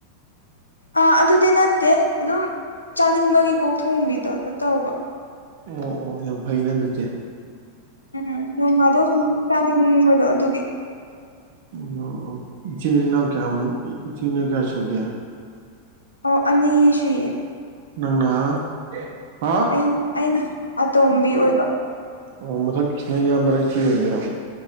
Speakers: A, on the left; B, on the right.
A: ꯑꯥ ꯑꯗꯨꯗꯤ ꯅꯠꯇꯦ ꯑꯗꯨꯝ ꯆꯥꯅꯤꯡꯕꯒꯤ ꯀꯣꯛ ꯊꯣꯡꯕꯤꯗꯣ ꯑꯗꯨ ꯇꯧꯕ
B: ꯑꯣ ꯑꯣ ꯌꯥꯝ ꯐꯩꯅ ꯑꯗꯨꯗꯤ
A: ꯎꯝ ꯅꯣꯡ ꯐꯥꯗꯣꯛ ꯁꯨꯝ ꯆꯥꯅꯤꯡꯕꯗꯣ ꯑꯗꯨꯒꯤ
B: ꯑꯣ ꯑꯣ ꯏꯆꯤꯟ ꯏꯅꯥꯎ ꯀꯌꯥꯃꯨꯛ ꯏꯆꯤꯟ ꯏꯅꯥꯎ ꯀꯌꯥ ꯁꯨꯒꯦ
A: ꯑꯣ ꯑꯅꯤ ꯁꯨꯏꯌꯦ
B: ꯅꯪꯅ ꯍꯥꯎ
A: ꯑꯩꯅ ꯑꯩꯅ ꯑꯇꯣꯝꯕꯤ ꯑꯣꯏꯕ
B: ꯑꯣ ꯃꯊꯛꯀꯤꯁꯤꯅ ꯏꯌꯥꯝꯕꯔ ꯏꯆꯦ ꯑꯣꯏꯗꯣꯏꯔꯥ